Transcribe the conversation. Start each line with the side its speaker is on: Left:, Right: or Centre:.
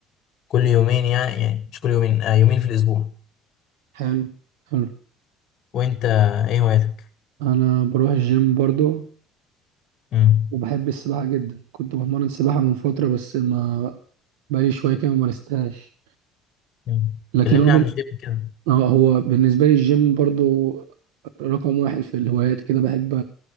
Left: كل يومين يعني يعني مش كل يومين آه، يومين في الاسبوع
Right: حلو حلو
Left: وانت ايه هواياتك
Right: انا بروح الجيم برضو
Left: امم
Right: وبحب السباحه جدا كنت بتمرن سباحه من فتره بس ما بقالي شويه كده ما مارستهاش
Left: أمم.
Right: لكن
Left: كلمني
Right: هو بن...
Left: عن الجيم كده
Right: آه هو بالنسبه لي الجيم برضو رقم واحد في الهوايات كده بحب